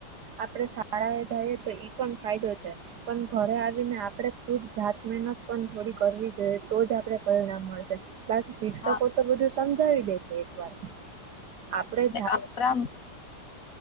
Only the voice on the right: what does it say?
આપડે શાળા એ જઈએ તો ઈ પણ ફાયદો છે. પણ ઘરે આવીને આપણે ખુદ જાત મહેનત પણ થોડી કરવી જોઈએ તો જ આપણે પરિણામ મળશે બાદ શિક્ષકો
તો બધું સમજાવી દેશે એક વાર આપડે